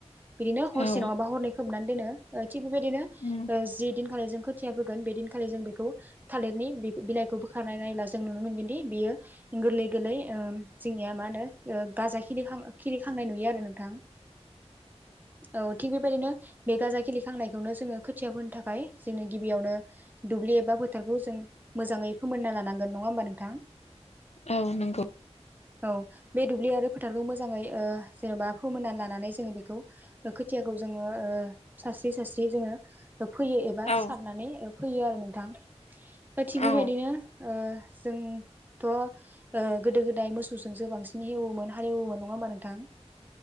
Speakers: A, on the right (about 15°); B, on the left (about 70°).
A: बिदिनो हरसे
B: औ
A: नङाबा हरनै खोबनानै दोनो थिग बेबायदिनो
B: उम
A: जि बेदिनखालि जों खोथिया होगोन बेदिनखालि जों बेखौ थालिरनि बिलाइखौ बोखारानाय नायब्ला जों नुनो मोनगोनदि बियो गोरलै गोरलै जोंनिया मान गाजा खिलि खांनाय नुयो आरो नोंथां औ थिग बेबायदिनो बे गाजा खिलि खांनायखौनो जोङो खोथिया फोनो थाखाय जोंङो गिबियावनो दुब्लि एबा फोथार जों मोजाङै फोमोनना लानांगोन नङा होमबा नोंथाङ?
B: औ नंगौ
A: औ बे दुब्लि आरो फोथारखौ मोजाङै जेन'बा फोमोनना लानानै जोङो बेखौ खोथिया जोङो सास्रि सास्रि जोङो- फैयो एबा
B: औ
A: सारनानै फैयो आरो नोंथां थिग बेबायदिनो
B: औ
A: जों थ' गोदो गोदाय मोसौजोंसो बांसिन हेवोमोन हालेवोमोन नङा होमबा नोंथां?